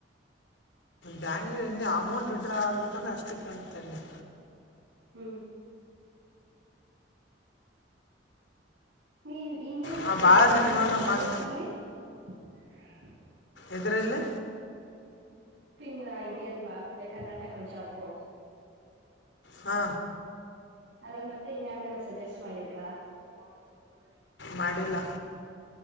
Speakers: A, on the left; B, on the right.
A: ಬ್ಯಾಂಕ್ ಇನ್ನ ಅಮೌಂಟ್ ವಿಥ್ ಡ್ರಾ ಆಗ್ಬೇಕಂದ್ರೆ ಅಷ್ಟು ಕೇಳುತ್ತಲ್ಲಿ.
B: ಹ್ಮ ನೀವ್ ಇನ್ಯಾರಿಗ್
A: ಹಾಂ
B: ಸಜೆಸ್ಟ್
A: ಭಾಳ ಜನ
B: ಮಾಡಿದ್ರಿ
A: ಇವಾಗ
B: ಆ
A: ಮಾಡ್
B: ಗ್ರೂಪ್ ಅಲ್ಲಿ <unintelligible>
A: ಎದ್ರಲ್ಲಿ
B: ತಿ ಇದ್ಯಲ್ವಾ ಅದೇ ಕರ್ನಾಟಕ ಜಾಬು
A: ಹಾ
B: ಅದ್ರಲ್ ಮತ್ತೆ ಇನ್ಯಾ ನ ಸಜೆಸ್ಟ್ ಮಾಡಿದ್ರಾ? <unintelligible>
A: ಮಾಡಿಲ್ಲ.